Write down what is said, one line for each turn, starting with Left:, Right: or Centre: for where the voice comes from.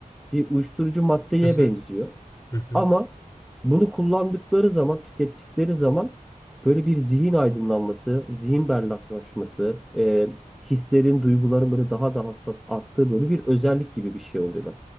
Centre: bir uyuşturucu maddeye
Left: Hı hı.
Centre: benziyor.
Left: Hı hı.
Centre: Ama bunu kullandıkları zaman, tükettikleri zaman böyle bir zihin aydınlanması, zihin berraklaşması, e, hislerin, duyguların böyle daha da hassas arttığı böyle bir özellik gibi bir şey oluyorlar.